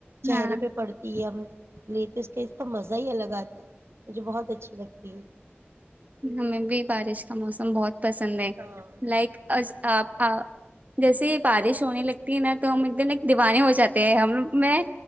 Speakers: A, on the right; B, on the right.
A: چہرے
B: ہاں
A: پہ پڑتی ہے ہم لی ت اس کے تو مزہ ہی الگ آتا ہے مجھے بہت اچھی لگتی ہے
B: ہمیں بھی بارش کا موسم بہت پسند ہے
A: ہاں
B: لائک آپ جیسے بارش ہو ہونے لگتی ہے ن تو ہم ایک دن ایک دیوانے ہو جاتے ہیں ہم میں